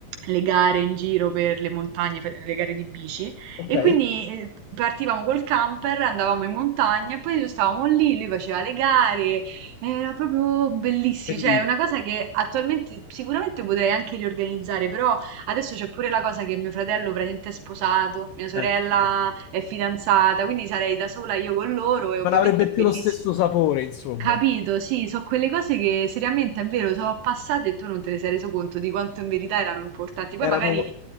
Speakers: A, on the right (about 80°); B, on the left (about 90°).
A: Le gare in giro per le montagne, fa- le gare di bici,
B: Ok,
A: e quindi eh, partivamo col camper, andavamo in montagna e poi noi stavamo lì, lui faceva le gare, era proprio bellissimo,
B: bellissimo.
A: cioè è una cosa che attualmente sicuramente potrei anche riorganizzare, però adesso c'è pure la cosa che mio fratello praticamente è sposato, mia sorella
B: Eh, certo.
A: è fidanzata, quindi sarei da sola io con loro e ovviamente
B: Non avrebbe
A: è
B: più
A: bellissimo.
B: lo stesso sapore, insomma.
A: Capito, sì, sono quelle cose che seriamente è vero, sono passate e tu non te ne sei reso conto di quanto in verità erano importanti. Poi
B: Erano
A: magari